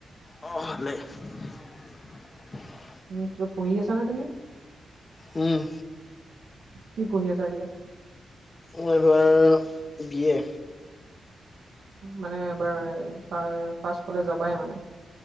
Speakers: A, on the left; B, on the right.
A: অ <inaudible>
B: উম কিবা পঢ়ি আছা না তুমি?
A: উম।
B: কি পঢ়ি আছা এতিয়া?
A: মই এইবাৰ বি এ
B: মানে এবাৰ ফাৰ্ষ্ট কলেজ যাবাহে মানে?